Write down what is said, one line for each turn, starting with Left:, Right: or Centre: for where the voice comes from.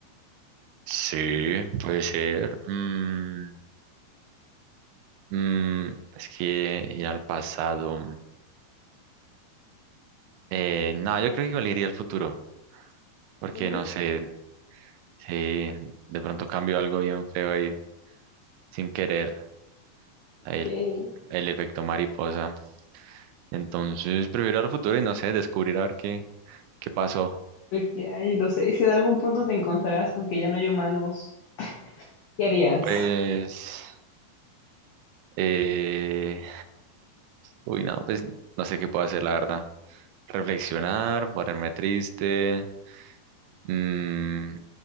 Right: Sí, puede ser. Mm, mm, es que ir al pasado. Eh, no, yo creo que igual iría al futuro, porque
Left: ¿Sí?
Right: no sé si de pronto cambio algo bien feo ahí sin querer, ahí
Left: Que,
Right: el, el efecto mariposa. Entonces prefiero ir al futuro y no sé, descubrir a ver qué, qué pasó.
Left: que hay, no sé, si en algún punto te encontrarás con que ya no hay humanos, ¿qué harías?
Right: Pues, eh, uy, no, pues no sé qué puedo hacer, la verdad. Reflexionar, ponerme triste, mm,